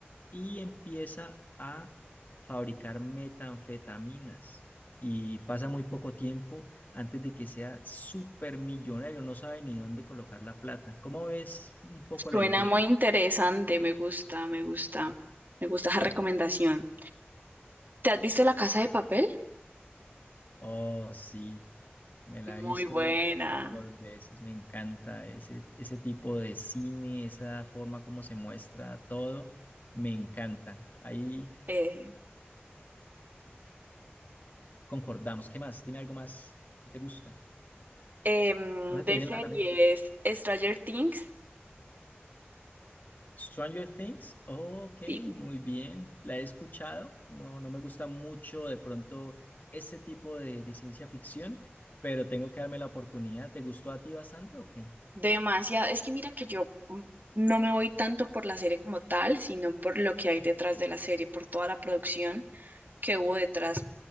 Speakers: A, on the left (about 45°); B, on the right (about 45°).
A: y empieza a fabricar metanfetaminas. Y pasa muy poco tiempo antes de que sea supermillonario, no sabe ni dónde colocar la plata. ¿Cómo ves un poco
B: suena
A: la idea?
B: muy interesante. Me gusta, me gusta. Me gusta esa recomendación. ¿Te has visto La Casa de Papel?
A: Oh, sí, me la he
B: Muy
A: visto
B: buena.
A: dos veces, me encanta ese, ese tipo de cine, esa forma como se muestra todo, me encanta. Ahí
B: Eh,
A: concordamos. ¿Qué más? Dime algo más que te gusta.
B: em,
A: ¿No se te
B: de
A: viene nada
B: series,
A: a la mente?
B: Stranger Things.
A: Stranger Things, ok,
B: Sí,
A: muy bien, la he escuchado, no, no me gusta mucho de pronto ese tipo de, de ciencia ficción, pero tengo que darme la oportunidad. ¿Te gustó a ti bastante o qué?
B: Demasiado. Es que mira que yo mm, no me voy tanto por la serie como tal, sino por lo que hay detrás de la serie, por toda la producción que hubo detrás